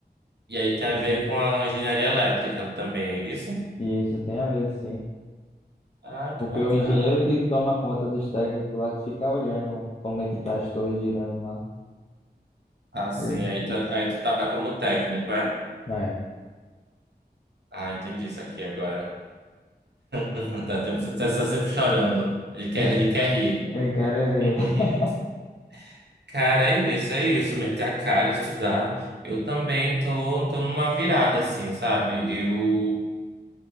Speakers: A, on the right (about 80°); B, on the left (about 40°).
A: E aí tem
B: tá
A: a
B: ligado?
A: ver com a engenharia elétrica também, é isso?
B: E isso tem a ver, sim.
A: Ah,
B: Porque
A: que bacana.
B: o engenheiro que toma conta dos técnicos lá, que fica olhando como é que tá as torres girando lá.
A: Ah, sim,
B: Ele-
A: aí tu, é, aí tu tá como técnico, é?
B: É.
A: Ah, entendi isso aqui agora. Hum, Tá tempo- você tá só sempre chorando. Ele
B: <laughs>
A: quer, ele quer rir.
B: Eu quero rir.
A: <laughs>
B: <laughs>
A: Cara, é isso, é isso. Meter a cara, estudar. Eu também tô, tô numa virada, assim, sabe? Eu,